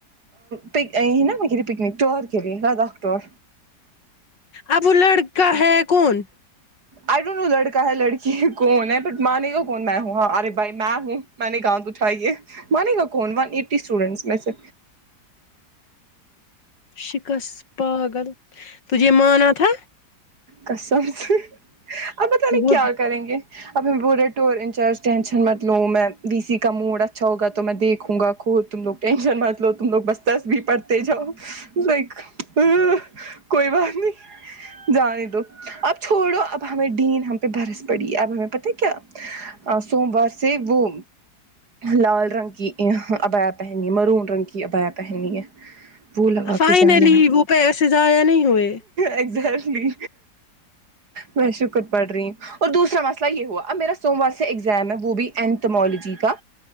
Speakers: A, on the right; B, on the left.
A: پک یہ نا میں گے پکنک ٹور گلیے لداخ ٹور
B: اب وہ لڑکا ہے کون
A: آئی ڈونٹ نو لڑکا ہے لڑکی کون ہے بٹ مانے گا کون میں ہوں ہاں ارے بھائی میں ہوں میں نے گانؤد اٹھائی یہ مانے گا کون ون ایٹی اسٹوڈینٹس میں سے
B: شکس پاگل تجھے یہ مانا تھا
A: قسم سے اب پتا نہیں
B: وہ
A: کیا کریں گے ابٹ انارج ٹینشن مت لوں میں ڈی س کا موڈ اچھا ہوگ تو میں دیکھوں گا خود تم لوگ ٹینشن مت لو تم لوگ بس تسبیح پڑھتے جاؤ لائک کوئی بات نہیں جا رہ دو اب چھوڑو اب ہمیں ڈین ہم پہ برس پڑی اب ہمیں پتہ ہے کیا ا سوموار سے وہ لال رنگ کی ابایاہ پہننی میرون رنگ کی ابایاہ پہننی ہے وہ لگا
B: فائنلی
A: کے جانا
B: وہ پیسے ضائع نہیں ہوئے
A: ایگزٹلی میں شکر پڑھ رہی ہوں اور دوسرا مسئلہ یہ ہوا اب میرا سوموار سے ایگزام ہے وہ بھی اینتھمالوجی کا